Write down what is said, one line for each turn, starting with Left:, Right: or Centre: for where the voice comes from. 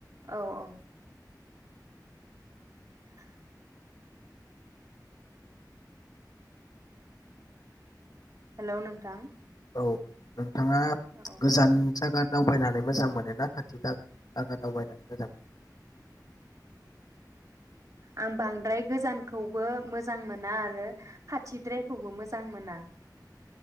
Right: औ औ। <unintelligible> हेलौ नोंथां?
Left: औ नोंथाङा
Right: औ
Left: गोजान जागा दावबायनानै मोजां मोनो ना खाथि दा जागा दावबायनानै मोजां मोनो?
Right: आं बांद्राय गोजानखौबो मोजां मोना आरो
Left: मोनो
Right: खाथिद्रायखौबो मोजां मोना।